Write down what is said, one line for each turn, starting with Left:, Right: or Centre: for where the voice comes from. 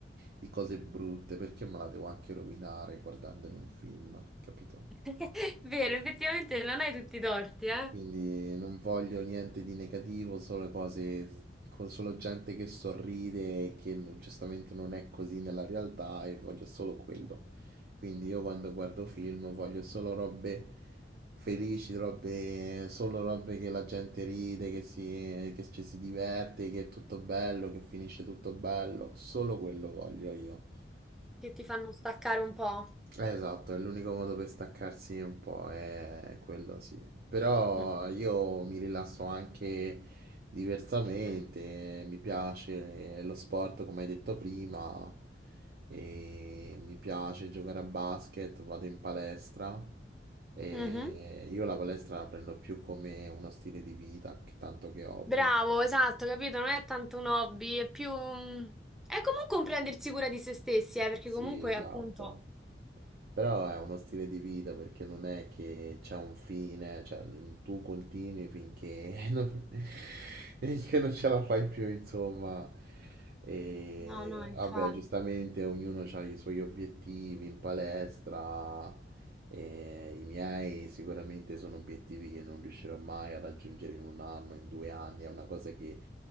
Right: di cose brutte, perché me la devo anche rovinare guardandomi un film, capito?
Centre: <laughs> Vero, effettivamente non hai tutti i torti, eh?
Right: E Quindi non voglio niente di negativo, solo cose con solo gente che sorride, e che non- giustamente non è così nella realtà e voglio solo quello. Quindi io quando guardo film voglio solo robe felici, robe, solo robe che la gente ride, che si, che ci si diverte, che è tutto bello, che finisce tutto bello. Solo quello voglio io.
Centre: Che ti fanno staccare un po'.
Right: Eh, esatto, è l'unico modo per staccarsi un po', è è quello sì. Però
Centre: Mm.
Right: io mi rilasso anche diversamente, mi piace lo sport come hai detto prima, e mi piace giocare a basket, vado in palestra e
Centre: Mhm.
Right: io la palestra la prendo più come uno stile di vita che tanto che hobby.
Centre: Bravo, esatto, capito? Non è tanto un hobby, è più... mm, È comunque un prendersi cura di se stessi, eh, perché
Right: Sì,
Centre: comunque,
Right: esatto.
Centre: appunto...
Right: Però è uno stile di vita perché non è che c'è un fine, cioè tu continui finché <laughs> non, finché non ce la fai più, insomma. E
Centre: No, no, infatti.
Right: vabbè, giustamente ognuno ha i suoi obiettivi in palestra. E i miei sicuramente sono obiettivi che non riuscirò mai a raggiungere in un anno, in due anni. È una cosa che